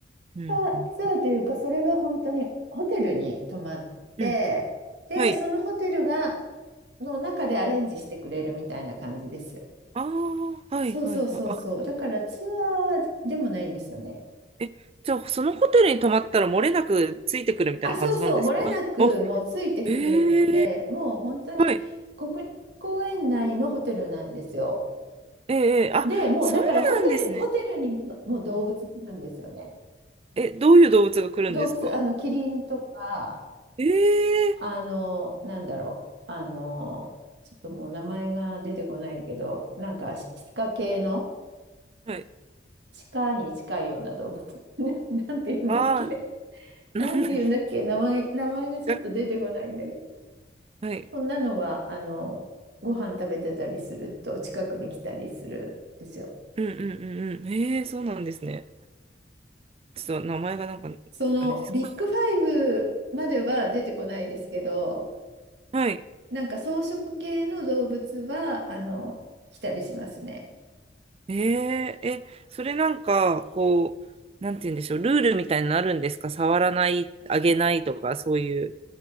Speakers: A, on the right; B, on the right.
A: うん、
B: あツアーというか、
A: うん。
B: それは本当にホテルに泊まって、
A: うん。
B: で、
A: はい。
B: そのホテルが、の中でアレンジしてくれるみたいな感じです。
A: ああ、はい、
B: そうそうそうそう。
A: はい、はい。あ、
B: だからツアーでもないんですよね。
A: え、じゃあ、そのホテルに泊まったら漏れなくついてくるみたいな感じなんですかあ、
B: あ、そうそう、漏れなくもうついてくるんで、
A: ええ
B: もう本当に国立公園内のホテルなんですよ。
A: はい。ええあ、
B: で、もうだからホテル、
A: そうなんですね。
B: ホテルにも、もう動物来るんですよね。
A: え、どういう動物が来るんですか
B: 動物、あの、キリンとか、
A: ええ
B: あの、なんだろう、あの、ちょっともう名前が出てこないけど、なんかし鹿系の、
A: はい。
B: 鹿に近いような動物。<laughs> な、なんて言うんだっけ。
A: ああ、
B: なんて言うんだっけ。
A: なん
B: 名前、名前がちょっと出てこないんだけど。
A: じゃはい。
B: そんなのは、あの、ご飯食べてたりすると近くに来たりするんですよ。
A: うんうんうんうん。へえ、そうなんですね。ちょっと名前がなんか、
B: そのビッグファイブまでは出てこないですけど、
A: あれですけど。はい。
B: なんか草食系の動物は、あの、来たりしますね。
A: へえ、え、それなんか、こう、なんて言うんでしょう。ルールみたいになるんですか触らない、あげないとか、そういう、